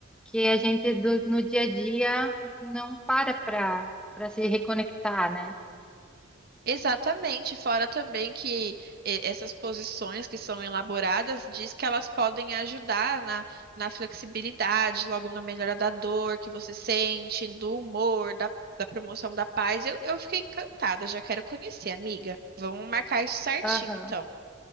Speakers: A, in the centre; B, on the right.
A: que a gente do- no dia a dia não para para para se reconectar, né?
B: Exatamente, fora também que eh, essas posições que são elaboradas diz que elas podem ajudar na, na flexibilidade, logo na melhora da dor que você sente, do humor, da, da promoção da paz. Eu, eu fiquei encantada, já quero conhecer, amiga. Vamos marcar isso certinho,
A: Aham.
B: então.